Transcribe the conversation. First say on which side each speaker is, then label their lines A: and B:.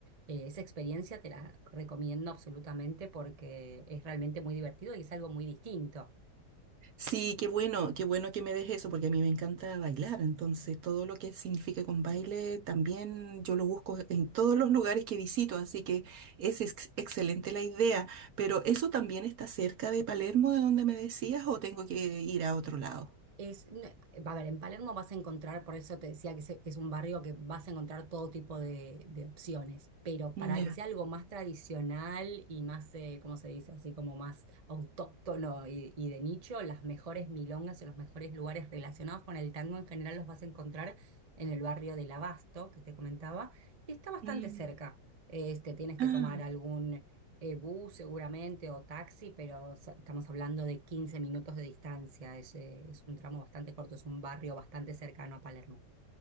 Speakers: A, on the right; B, on the right.
A: Eh, esa experiencia te la recomiendo absolutamente porque es realmente muy divertido y es algo muy distinto.
B: Sí, qué bueno, qué bueno que me dejes eso, porque a mí me encanta bailar, entonces todo lo que significa con baile también yo lo busco en todos los lugares que visito, así que es ex- excelente la idea, pero ¿eso también está cerca de Palermo, de donde me decías, o tengo que ir a otro lado?
A: Es, n- va a ver, en Palermo vas a encontrar, por eso te decía que se- es un barrio que vas a encontrar todo tipo de, de opciones, pero
B: Mm,
A: para
B: Ya.
A: que sea algo más tradicional y más, eh, ¿cómo se dice? Así como más autóctono y, y de nicho, las mejores milongas o los mejores lugares relacionados con el tango en general los vas a encontrar en el barrio del Abasto, que te comentaba, que está bastante
B: Mm,
A: cerca. Este, tienes
B: Ah,
A: que tomar algún eh, bus seguramente o taxi, pero so- estamos hablando de 15 minutos de distancia. Es, eh, es un tramo bastante corto, es un barrio bastante cercano a Palermo.